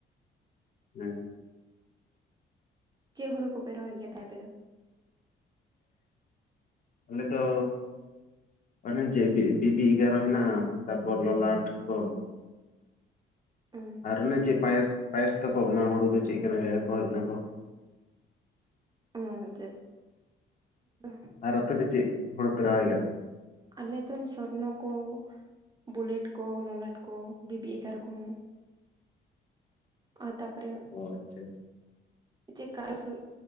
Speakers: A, on the left (about 40°); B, on the right (about 20°).
A: ᱦᱮᱸ
B: ᱪᱮᱫ ᱦᱩᱲᱩ ᱠᱚᱯᱮ ᱨᱚᱦᱚᱭ ᱜᱮᱭᱟ ᱛᱟᱭ ᱟᱯᱮ ᱫᱚ?
A: ᱟᱞᱮ ᱫᱚ᱾ ᱟᱱᱮ ᱪᱮᱫ ᱵᱤᱵᱤ ᱮᱜᱟᱨᱚ ᱦᱮᱱᱟᱜᱼᱟ ᱛᱟᱯᱚᱨ ᱞᱚᱞᱟᱴ ᱠᱚ
B: ᱚ
A: ᱟᱨ ᱚᱱᱮ ᱪᱮᱫ ᱯᱟᱭᱮᱥ ᱯᱟᱭᱮᱥ ᱛᱟᱠᱚ ᱚᱱᱟ ᱦᱩᱲᱩ ᱫᱚ ᱪᱮᱫ ᱠᱟᱱᱟ <unintelligible> ᱠᱚ ᱦᱮᱡ ᱱᱟᱠᱚ
B: ᱚ ᱟᱪᱷᱟ <unintelligible>
A: ᱟᱨ ᱟᱯᱮ ᱫᱚ ᱪᱮᱫ ᱦᱩᱲᱩ ᱯᱮ ᱨᱚᱦᱚᱭᱟ?
B: ᱟᱞᱮ ᱫᱚᱱ ᱥᱚᱨᱱᱚ ᱠᱚ ᱵᱩᱞᱮᱴ ᱠᱚ ᱞᱚᱞᱟᱴ ᱠᱚ ᱵᱤᱵᱤ ᱮᱜᱟᱨᱚ ᱠᱚᱦᱚᱸ
A: <inaudible>
B: ᱟᱨ ᱛᱟᱨᱯᱚᱨᱮ
A: ᱚ ᱟᱪᱪᱷᱟ ᱟᱪᱪᱷᱟ
B: ᱪᱮᱫᱠᱟ ᱥᱚ